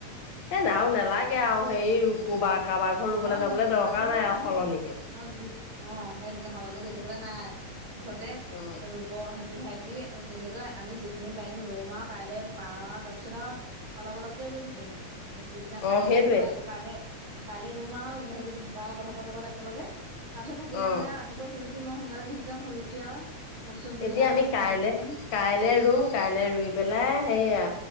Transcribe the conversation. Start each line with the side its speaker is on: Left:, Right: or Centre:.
Left: এ নাও নালাগে আও হেই ক'বা কাবা ঘৰ ৰুবলৈ
Right: হয়
Left: যাবলৈ দৰকাৰ
Right: আমি কৈছো
Left: নাই আও
Right: আমি
Left: সলনিকে।
Right: যি <unintelligible> অ' হেটোকে সলনি কই থাকিবলে নাই। মুঠতে
Left: অ
Right: <unintelligible> ব হেকি, হেতি কই <unintelligible> আমি যিখিনি পাইম ৰুম আও কাইলে পা তাপিছতে আ অলপ অলপকে ৰুই থাকিম। এ পিছদিনা, কাইলৈ
Left: অ সেইটোৱে
Right: ৰাতিপুৱাই, কাইলৈ কাইলৈ ৰুম আ হেৰি ঢগা তহঁতৰ লগত একেলগে। তাপিছত থাকিলে
Left: অ
Right: মানে ৰাতিপুৱা শুই ঠি মই সোনকালে গুচি যাম। শুই উঠি আও মুখ চুখ ধুই
Left: এতিয়া
Right: চাহকন
Left: আমি
Right: খাই
Left: কাইলে
Right: গুচি যাম।
Left: কাইলে ৰুম, কাইলৈ ৰুই পেলাই হেই আ